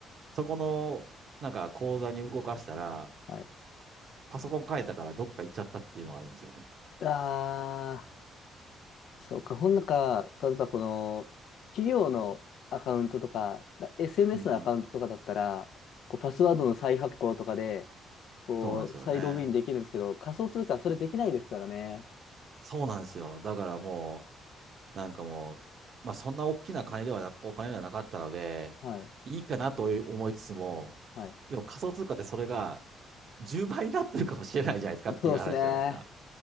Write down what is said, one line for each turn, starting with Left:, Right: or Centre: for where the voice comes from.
Right: そこの、なんか口座に動かしたら、
Left: はい。
Right: パソコン変えたからどっか行っちゃったっていうのがあるんですよね。
Left: あー。そうか。ほんなんか、例えばこの、企業のアカウントとか、SNS
Right: うん。
Left: のアカウントとかだったら、こうパスワードの再発行とかで、
Right: うん、
Left: こう、
Right: そうなんですよね。
Left: 再ログインできるんですけど、仮想通貨はそれできないですからね。
Right: そうなんですよ。だからもう、なんかもう、まあそんな大きな金ではな、お金ではなかったので、
Left: はい。
Right: いいかなと思いつつも、
Left: はい。
Right: でも仮想通貨ってそれが10倍になってるかもしれないじゃないですかっていう話じゃないですか。
Left: そうですね。